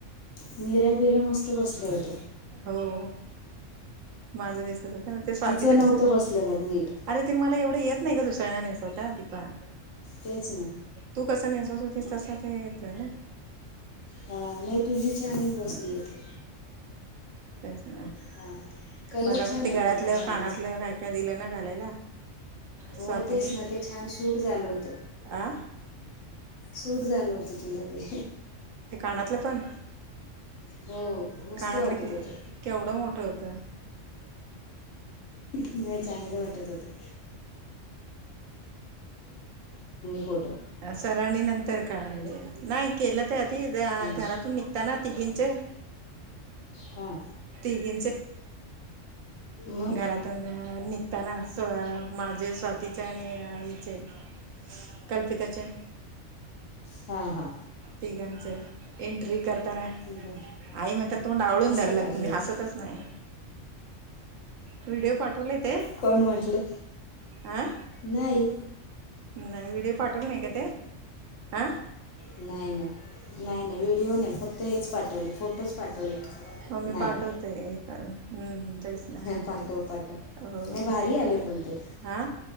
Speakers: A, on the left; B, on the right.
A: मिऱ्या बिऱ्या मस्त बसल्या हो
B: हो माझं दिसच हो ना ते स्वातीचं
A: तिचं नव्हतं
B: कस
A: बसलं बघ नीट
B: अरे ते मला एवढं येत नाही का दुसऱ्यांना नेसवता दिीफा
A: तेच ना
B: तू कस नाहीसचवतेस तस तर येत ना
A: हा नाही तुझी छान बसली होती
B: अच् ह
A: हां कलर
B: मला
A: छान
B: पण ते
A: आहे
B: गळ्यातलं
A: त्या साडीचा
B: कानातलं काय काय दिलं ना घालायला
A: हो
B: स्वातीनेच
A: तेच ना ते छान सूट झालं होत
B: आ
A: सूट झालं होत तुला ते
B: ते कानातलं पण
A: हो मस्त
B: कानातलं
A: वाटत होतं
B: केवढं मोठं होतं
A: नाही चांगले वाटत होते फोटो
B: सरणी नंतर काले नाही केलं ते आधी
A: हं,
B: घरातून निघता ना तिघींचे
A: हां
B: घ
A: मग
B: घरातून निघताना माझे स्वातीचे आणि आईचे कल्पताच्या
A: हा हा
B: तिघांचं एंट्री कर ताना
A: बरं
B: आई म्हणत्या तोंड आवळून
A: मस्त
B: धरलात
A: काढले
B: तुम्ही
A: होते
B: हसतच नाही व्हिडिओ पाठवले ते
A: कोण म्हटलं,
B: अ
A: नाही
B: नाही व्हिडिओ पाठवल नाही काय ते आं
A: नाही नाही नाही नाही व्हिडिओ नाही फक्त हेच पाठवले फोटोच पाठवलेत
B: मग मी
A: नाही
B: पाठवते कारण हम्म तेच ना
A: पाठव, पाठव नाही
B: हो
A: भारी
B: ते
A: आले पण ते
B: हा